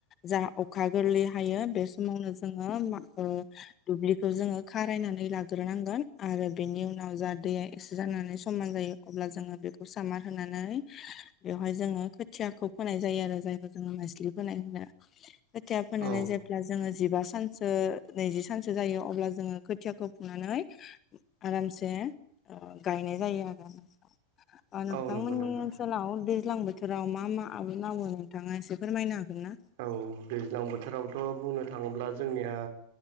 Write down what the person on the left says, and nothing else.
जा अखा गोरलै हायो बे समावनो जोङो मा ओ दुब्लि खौ जोङो खारायनानै लाग्रोनांगोन आरो बेनि उनाव जा दैया एक्से जानानै समान जायो अब्ला जोङो बेखौ सामार होनानै बेवहाय जोङो खोथियाखौ फोनाय जायो आरो जायखौ जोङो नेस्लि फोनाय होनो खोथिया फोनानै
जे ब्ला जोङो जिबा सानसो नैजि सानसो जायो अब्ला जोङो खोथियाखौ फुनानै आरामसे ओ गायनाय जायो आरो अ नोंथांमोननि
ओनसोलाव
दैज्लां बोथोराव मा मा आबाद मावो नोंथाङा एसे फोरमायनो हागोनना?